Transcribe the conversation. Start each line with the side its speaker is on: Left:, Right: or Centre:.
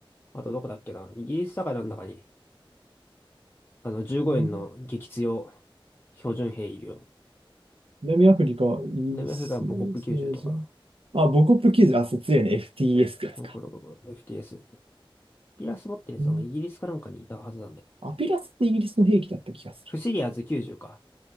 Left: あとどこだっけな、イギリスだからなんだかに、あの15円の激強
Right: うん
Left: 標準兵いるよね。
Right: 南アフリカ、イギリス、
Left: 南アフリカはボコップ90とか、
Right: そうじゃん。あ、ボコップ90、あ、そう、強いね。FTS ってやつか。
Left: ゴロゴロゴロエフティ FTS。ピラス持ってるやつはイギリスかなんかにいたはずなんだよ。
Right: うん。アピラスってイギリスの兵器だった気がする。
Left: フシリアーズ90か。